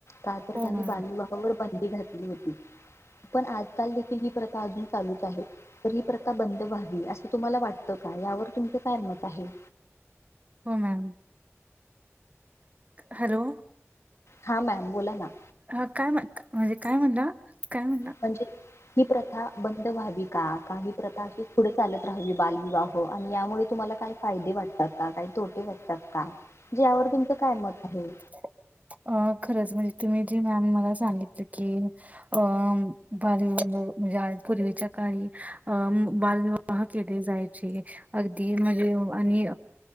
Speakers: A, on the left; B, on the right.
A: तर
B: हो
A: त्यांनी
B: मॅम
A: बालविवाहावर बंदी घातली होती. पण आजकाल देखील ही प्रथा अजून चालूच आहे तर ही प्रथा बंद व्हावी असं तुम्हाला वाटत का? यावर तुमच काय मत आहे.
B: हो मॅम. हॅलो.
A: हा मॅम बोला ना.
B: अ काय म्हणता, म्हणजे काय म्हणला काय? म्हणला
A: म्हणजे ही प्रथा बंद व्हावी का? का ही प्रथा अशी पुढं चालत राहावी बालविवाह आणि यामुळे तुम्हाला मला काही फायदे वाटतात का? काही तोटे वाटतात का? यावर तुमचं काय मत आहे.
B: <inaudible> अ खरंच म्हणजे तुम्ही जी मॅम मला सांगितली की अ बाली वगै म्हणे आज पूर्वीच्या काळी अ बालविवाह केले जायचे अगदी म्हणजे त्यो आणि